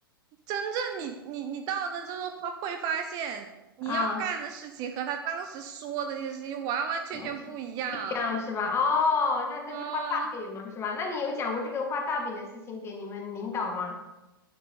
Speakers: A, on the right; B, on the left.
A: 真正你你你到那之后会会发现，你要干的事情和他当时说的那些事情完完全全不一样。
B: 啊。而且不一样是吧？哦，那那就画大饼嘛，
A: 啊。
B: 是吧？那你有讲过这个画大饼的事情给你们领导吗？